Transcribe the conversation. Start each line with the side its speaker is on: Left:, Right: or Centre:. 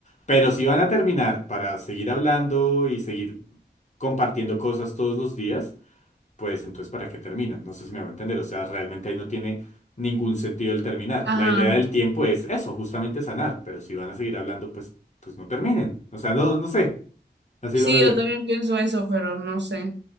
Left: Pero si van a terminar para seguir hablando y seguir compartiendo cosas todos los días, pues entonces ¿para qué terminan? No sé si me va a entender, o sea, realmente ahí no tiene ningún sentido el terminar.
Right: Ajá.
Left: La idea del tiempo es eso, justamente sanar, pero si van a seguir hablando, pues, pues no terminen. O sea, no, no sé, así
Right: Sí,
Left: lo veo
Right: yo
Left: yo.
Right: también pienso eso, pero no sé.